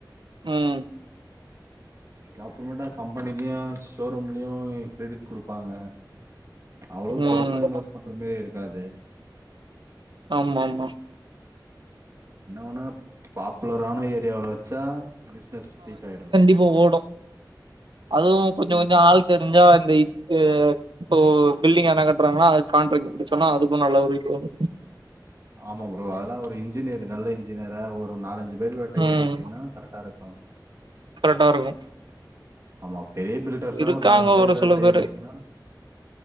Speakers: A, on the right; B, on the right.
A: ம்
B: அப்புறமேட்டா கம்பெனிலயு ஷோரூம்லயு கிரடிட் குடுப்பாங்க அவ்ளோ
A: ம்.
B: பெருசா இன்வெர்ஸ்ட் பண்ற மாரி இருக்காது
A: ஆமாமா
B: நா வு னா பாப்புலரான ஏரியாவுல வச்சா பிஸ்னஸ் ஸ்பீக் ஆயிடு
A: இப்ப ஓடு அதுவு கொஞ்சோ கொஞ்சோ ஆள் தெரிஞ்சா இந்த க்கு இப்போ பில்டிங் எதுனா கட்டுறாங்கன்னா அது காண்ட்ராக்ட் புடுசொன்னா அதுக்கு நல்ல ஒரு இது வரு
B: ஆமா ப்ரோ அதெல்லா ஒரு இன்ஜினியரு நல்ல இன்ஜினியரா ஒரு நாலஞ்சு வெருற டையப்பு
A: ம்
B: வச்சிங்கன்னா கரெக்டா இருக்கு
A: கரெக்டா இருக்கு
B: ஆமா ப் பெரிய பில்டர்ஸா
A: இருக்காங்க
B: ஒரு நாலஞ்சு பேர்ட
A: சில
B: டையப்பு
A: பேரு
B: வச்சிங்கனா